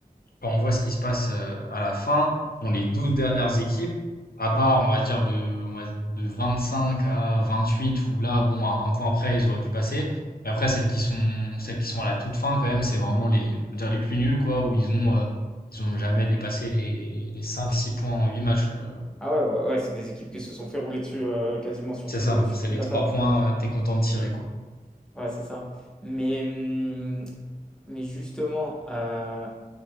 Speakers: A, on the left; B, in the centre.
A: quand on voit ce qui se passe euh, à la fin, bon, les 12 dernières équipes, à part, on va dire, de, on va- de 25 à 28, où là, bon, un, un point près, ils auraient pu passer. Et après, celles qui sont, celles qui sont à la toute fin, quand même, c'est vraiment les, on va dire, les plus nuls, quoi, où ils ont, euh, ils ont jamais dépassé les, les cinq six points en 8 matchs. Euh,
B: Ah ouais, ouais, ouais, c'est des équipes qui se sont fait rouler dessus euh, quasiment sur,
A: C'est
B: tout-
A: ça,
B: sur
A: c'est
B: toute
A: les
B: la
A: 3
B: phase.
A: points, euh, t'es content de tirer, quoi.
B: Ouais, c'est ça. Mais, hum, mais justement, euh,